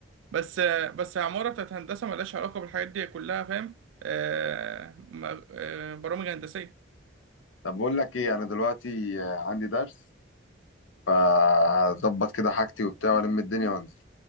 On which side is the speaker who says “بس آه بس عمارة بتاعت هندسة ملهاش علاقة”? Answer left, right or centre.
Right